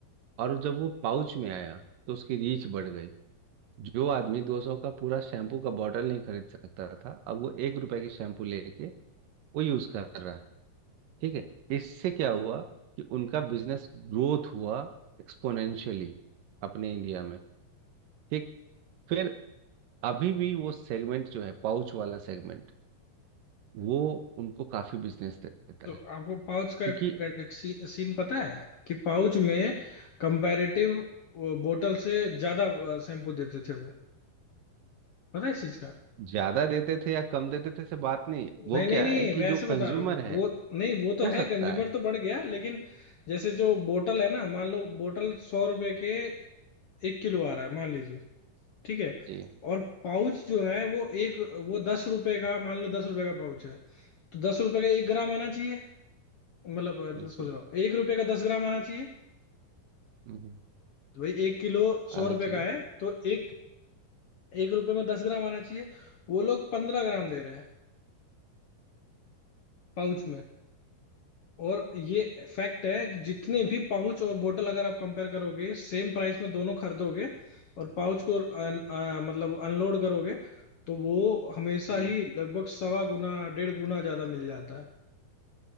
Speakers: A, on the right (about 70°); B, on the left (about 60°).
A: और जब वो पाउच में आया तो उसकी रीच बढ़ गई जो आदमी 200 का पूरा शैम्पू का बॉटल नहीं खरीद सकता था अब वो एक रुपए की शैम्पू लेके वो यूज कर रहा है ठीक है इससे क्या हुआ कि उनका बिजनेस ग्रोथ हुआ एक्सपोनेंशियली अपने इंडिया में ठीक फिर अभी भी वो सेगमेंट जो है पाउच वाला सेगमेंट वो उनको काफी बिजनेस देता
B: तो
A: है
B: आपको पाउच
A: क्योंकि
B: का का- एक सी, सीन पता है कि पाउच में कंपैरेटिव बोतल से ज्यादा शैम्पू देते थे वो पता है इस चीज का
A: ज्यादा देते थे या कम देते थे से बात नहीं वो
B: नहीं नहीं
A: क्या
B: नहीं
A: है कि
B: वैसे
A: जो
B: बता
A: कंज्यूमर
B: रहा हूँ
A: है
B: वो नहीं वो तो
A: हो सकता
B: है कंज्यूमर
A: है
B: तो बढ़ गया लेकिन जैसे जो बोतल है ना मान लो बोतल सौ रुपए के एक किलो आ रहा है मान लीजिए ठीक है
A: जी
B: और पाउच जो है वो एक वो दस रुपए का मान लो दस रुपए का पाउच है तो दस रुपए का एक ग्राम आना चाहिए मतलब
A: बिल्कुल
B: अ, सोच रहा हूँ एक रुपए का दस ग्राम आना चाहिए
A: हम्म,
B: तो भाई एक किलो सौ
A: आना
B: रुपए
A: चाहिए
B: का है तो एक एक रुपए में दस ग्राम आना चाहिए वो लोग पंद्रह ग्राम दे रहे हैं पाउच में और ये फैक्ट है कि जितने भी पाउच और बोतल अगर आप कंपेयर करोगे सेम प्राइस में दोनों खरीदोगे और पाउच को अन, अ, मतलब अनलोड करोगे तो वो हमेशा
A: हम्म
B: ही लगभग सवा गुना डेढ़ गुना ज्यादा मिल जाता है